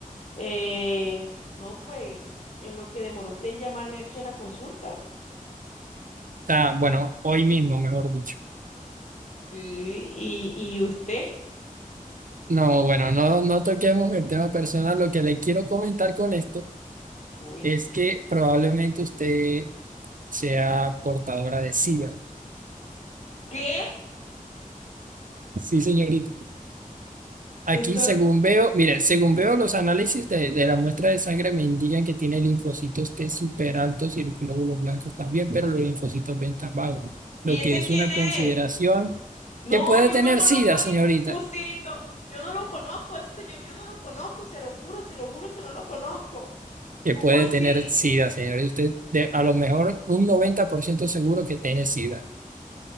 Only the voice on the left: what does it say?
Eh, no, pues, en lo que demoró usted en llamarme aquí a la consulta.
Sí, y, y usted,
uy,
¿qué?
Doctor,
¿y ese
quién
es?
No,
yo
no conozco
a
ningún fusito. Yo no lo conozco, a ese señor, yo no lo conozco, se lo juro, se lo juro que no lo conozco.
¿Cómo
así?